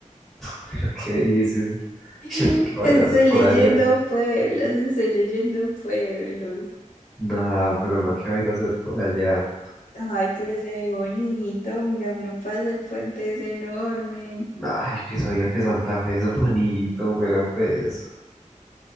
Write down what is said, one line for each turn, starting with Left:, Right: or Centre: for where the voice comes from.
Centre: <laughs> ¿Qué dices?
Left: <laughs>
Centre: <laughs>
Left: Estoy
Centre: ¿qué va a ir a hacer por
Left: leyendo
Centre: allá?
Left: pueblos, estoy leyendo pueblos.
Centre: Nada, pero no, ¿qué va a ir a hacer por allá?
Left: Ay, pero se ve bonito. Mira, uno pasa el puente, es enorme.
Centre: Ay, pienso yo que Santa Fe es bonito, pero pues